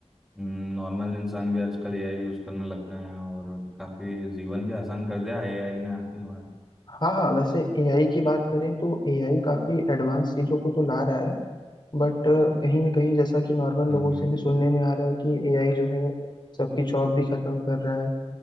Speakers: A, in the centre; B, on the left.
A: नॉर्मल इंसान भी आजकल एआई यूज करने लग गए हैं और काफी जीवन भी आसान कर दिया एआई ने आके हमारा
B: हाँ हाँ वैसे एआई की बात करें तो एआई काफी एडवांस चीजों को तो ला रहा है बट अ, कहीं ना कहीं जैसा कि नॉर्मल
A: हम्म
B: लोगों से
A: हम्म
B: भी सुनने में आ रहा है कि एआई जो है सबकी जॉब भी खत्म कर रहा है